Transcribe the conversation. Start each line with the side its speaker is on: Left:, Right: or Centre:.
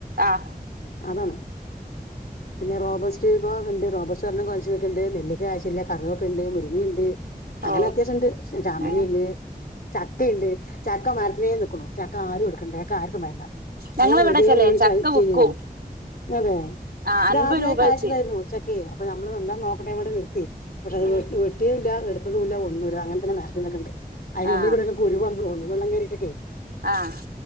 Right: ആഹ്
Left: അതാണ് പിന്നെ റോബസ്റ്റ് പ്പോ ണ്ട് റോബോസ്റ്റ് ല്ലാം കൊലച്ചു നിക്ക്ണ്ട് നെല്ലിക്ക കാഴിച്ചില്ല കറിവപ്പ്ണ്ട് മുരിങ്ങണ്ട് അങ്ങനെ
Right: ഓ
Left: അത്യാഷണ്ട് ചാമ്പങ്ങണ്ട്
Right: ഉം
Left: ചക്ക ഇണ്ട് ചക്ക മരത്തിനേ നിക്ക്ണു ചക്ക ആരും എടുക്കണ്ടാ ചക്ക ആർക്കും വേണ്ട
Right: ഞങ്ങളവിടൊക്കെല്ലേ
Left: അത് വെറ്തെ വീണ്
Right: ചക്ക
Left: ചദഞ് ചീഞ്ഞ്
Right: വിക്കും
Left: പോണം അതെ
Right: ആ
Left: ഇത്
Right: അൻപത്
Left: ആദ്യായി
Right: രൂപ
Left: കാഴ്ചതായിരുന്നു
Right: വെച്ച്
Left: ച്ചക്കെ അപ്പൊ നമ്മള് എന്താന്ന് നോക്കട്ടേന്ന് നി പക്ഷെ അത്
Right: ഉം
Left: വെട്ട് വെട്ടിയതുല്ല എടുത്തതുല്ല ഒന്നുല്ല അദങ്ങനെ തന്നെ മരത്തിൽ നിക്ക്ണ്ട് അയിനുള്ള്‌ക്കുടെക്കെ
Right: ആ
Left: കുരു വന്നു തോന്നുന്നു വെള്ളം കേറിട്ടൊക്കെ
Right: ആഹ്